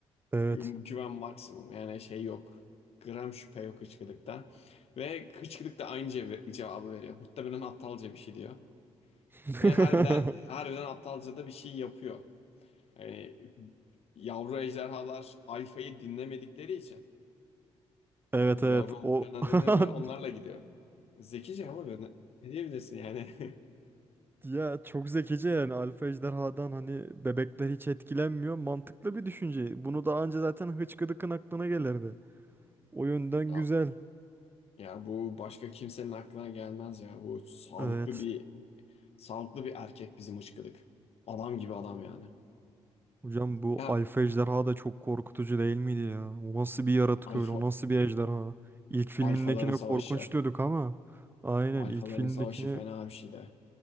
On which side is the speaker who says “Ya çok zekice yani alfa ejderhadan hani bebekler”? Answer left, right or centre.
Right